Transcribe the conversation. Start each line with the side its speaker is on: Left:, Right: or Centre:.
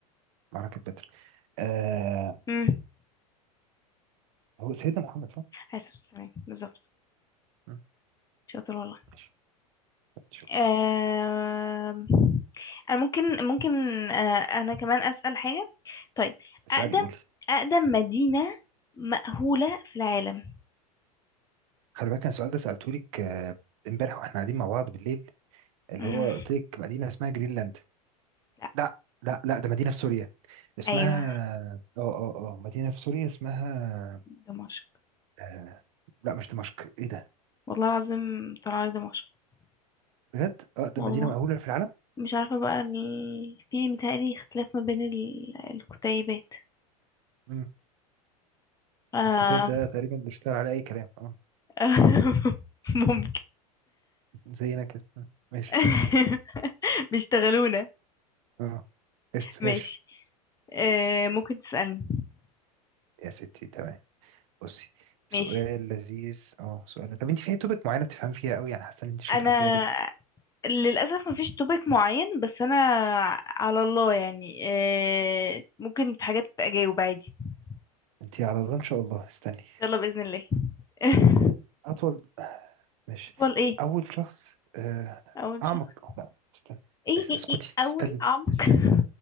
Right: معركة بدر آه...
Left: امم
Right: هو سيدنا محمد صح؟
Left: عليه الصلاة والسلام بالظبط
Right: مم.
Left: شاطر والله
Right: ماشي شكرا
Left: آم، أنا ممكن ممكن آه، أنا كمان أسأل حاجة طيب
Right: اسألي
Left: أقدم
Right: قولي
Left: أقدم مدينة مأهولة في العالم
Right: خلي بالك أنا السؤال ده سألته لك آه، امبارح واحنا قاعدين مع بعض بالليل اللي
Left: مم.
Right: هو قلت لك مدينة اسمها جرينلاند
Left: لا
Right: لا لا لا ده مدينة في سوريا اسمها
Left: أيوه
Right: اه اه اه مدينة في سوريا اسمها
Left: دمشق
Right: آه... لا مش دمشق ايه ده
Left: والله العظيم طلع لي دمشق
Right: بجد اه ده
Left: والله
Right: مدينة مأهولة في العالم
Left: مش عارفة بقى ال... في متهيألي اختلاف ما بين ال... الكتيبات
Right: امم
Left: آه...
Right: الكتاب ده تقريبا بيشتغل على اي كلام اه
Left: <laughs> ممكن
Right: زينا كده آه، ماشي
Left: <laughs> بيشتغلونا
Right: اه قشطة
Left: ماشي
Right: ماشي
Left: آه... ممكن تسألني
Right: يا ستي تمام بصي سؤال
Left: ماشي
Right: لذيذ اه سؤال طب انت في توبك معينة بتفهم فيها قوي يعني حاسة ان انت شاطرة
Left: انا
Right: فيها جدا
Left: للأسف مفيش توبيك معين بس انا على الله يعني آه... ممكن في حاجات اجاوب عادي ان
Right: انت على الله ان شاء الله استني
Left: شاء الله بإذن الله <laughs>
Right: أطول ماشي
Left: اطول ايه
Right: أول شخص آه،
Left: اول
Right: أعمق
Left: شهر
Right: لا استنى
Left: ايه
Right: بس
Left: ايه
Right: اسكتي
Left: ايه اول
Right: استني
Left: عمق
Right: استني
Left: <laughs>